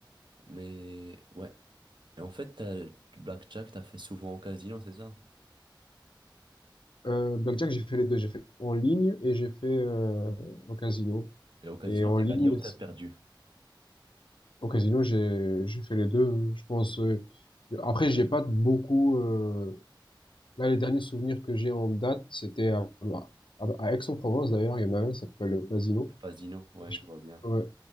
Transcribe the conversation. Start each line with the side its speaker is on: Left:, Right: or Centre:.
Right: mais ouais. Et en fait, t'as, du blackjack, t'as fait souvent au casino, c'est ça?
Left: Euh, Blackjack, j'ai fait les deux. J'ai fait en ligne et j'ai fait euh, au casino.
Right: Et au casino,
Left: Et en
Right: t'as
Left: ligne,
Right: gagné ou t'as perdu?
Left: au casino, j'ai j'ai fait les deux. Je pense. euh, après, j'ai pas beaucoup. euh, Là, les derniers souvenirs que j'ai en date, c'était à, à, à Aix-en-Provence d'ailleurs. Il y en a un, ça s'appelle le Casino.
Right: Le casino, ouais,
Left: Et je,
Right: je vois bien.
Left: ouais.